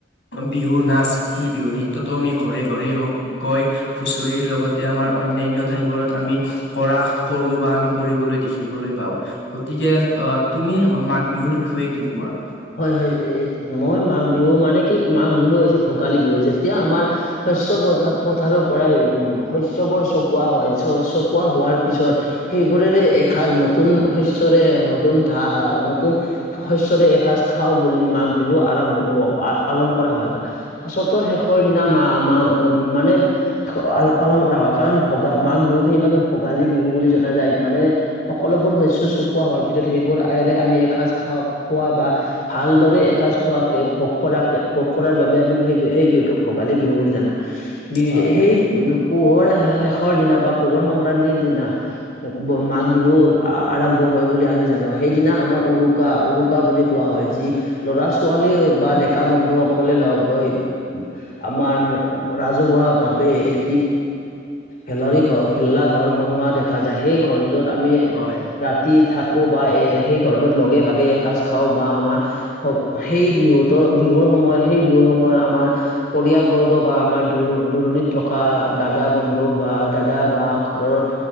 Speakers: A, on the left; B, on the left.
A: বিহু নাচ সেই বিহু নৃত্যটো আমি ঘৰে ঘৰেই হওক গৈ হুঁচৰি লগতে আমাৰ অন্যান্য ঠাইবোৰত আমি কৰা কৰো বা আমি কৰি দেখিবলৈ পাও গতিকে আহ তুমি মাঘ বিহুৰ বিষয়ে কি কোৱা
B: হয় হয় মই মাঘ বিহু মানে কি মাঘ বিহু হৈছে ভোগালী বিহু যেতিয়া আমাৰ শস্যৰ পথাৰৰ পৰাই উম শস্যবোৰ চপোৱা হয় চপোৱা হোৱাৰ পিছত সেইবোৰেৰে এসাঁজ নতুন শস্যৰে নতুন ধা নতুন শস্যৰে এসাঁজ খাওঁ বুলি মাঘ বিহু আৰম্ভ হ পালন কৰা হয় সচতৰ শেষৰ দিনা মা মা মানে পালন কৰা হয়। কাৰণ ভগা মাঘ বিহুক সেইবাবে ভোগালী বিহু বুলি জনা যায় মানে সকলোবোৰ শস্য চপোৱা হয়। ত পিছত সেইবোৰ আেৰে আমি এসাঁজ খা খোৱা বা ভালদৰে এসাঁজ খোৱাকে ভোগ কৰাকে ভোগ কৰাৰ বাবে আমি সেই সেই বিহুটোক ভোগালী বিহু বুলি জানো। বি
A: হয়।
B: সেই পোহৰ শেষৰ দিনা বা পোহৰ সংক্ৰান্তিৰ দিনা মাঘ বিহু আৰম্ভ হয় বুলি আমি জানো, সেইদিনা আমাৰ উৰুকা-উৰুকা বুলি কোৱা হয়। যি ল'ৰা-ছোৱালী বা ডেকা বন্ধুসকলে লগ হৈ আমাৰ ৰাজহুৱা ভাৱে এটি ভেলৰি ঘৰ ভেল্লা ঘৰ বনোৱা দেখা যায় সেই ঘৰ ত আমি
A: হয়
B: ৰাতি থাকো বা এ সেই ঘৰটোত লগে ভাগে এসাঁজ খাওঁ বা আমাৰ হ সেই বিহুতৰ বিহুৰ সময়ত সেই বিহুৰ সময়ত আমাৰ পৰিয়াল বৰ্গ বা আমাৰ দুৰ দূৰণিত থকা দাদা বন্ধু বা দাদা বা ঘৰৰ